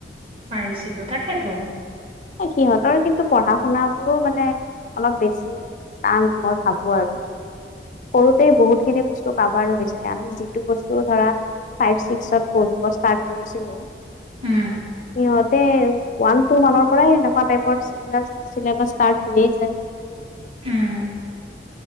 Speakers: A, on the right; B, on the left.
A: পাৰিছিলো, তাকেতো।
B: অ', সিহঁতৰ কিন্তু পঢ়া শুনা বোৰো মানে, অলপ বেছি। টান, মই ভাবো আৰু। সৰুতেই বহুতখিনি বস্তু কাভাৰ হৈ যায়, আমি যিটো বস্তু ধৰা ফাইভ, ছিক্সত পঢ়িব ষ্টাৰ্ট কৰিছিলোঁ
A: উম
B: সিহঁতে ওৱান, টু মানৰ পৰাই এনেকুৱা টাইপৰ চিলেবাচ ষ্টাৰ্ট হৈয়ে যায়।
A: উম,